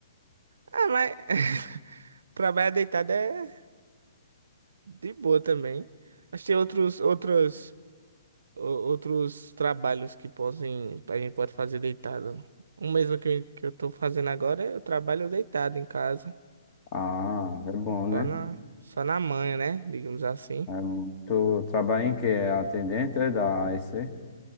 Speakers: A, on the right (about 75°); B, on the left (about 30°).
A: Ah, mas <laughs> trabalhar deitado é de boa também. Mas tem outros, outros, o- outros trabalhos que podem, a gente pode fazer deitado. O mesmo que, eu- que eu tô fazendo agora, eu trabalho deitado em casa,
B: Ah, é bom, né?
A: só na, só na manhã, né? Digamos assim.
B: É, mu- tu trabalha em que? É atendente, é da AEC?